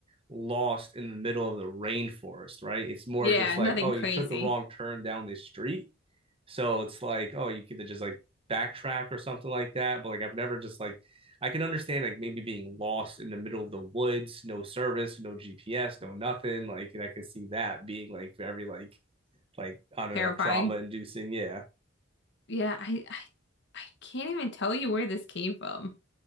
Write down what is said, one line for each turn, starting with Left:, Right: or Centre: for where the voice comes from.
Right: lost in the middle of the rainforest, right? It's more
Left: Yeah,
Right: just
Left: nothing
Right: like, oh,
Left: crazy.
Right: you took a wrong turn down this street. So it's like, oh, you could just like backtrack or something like that. But like I've never just like I can understand like maybe being lost in the middle of the woods, no service, no GPS, no nothing. Like and I can see that being like very like like I don't
Left: Terrifying.
Right: know, trauma inducing. Yeah.
Left: Yeah, I, I I can't even tell you where this came from,